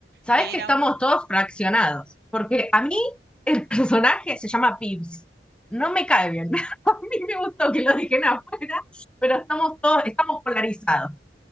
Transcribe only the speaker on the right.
que
era
un...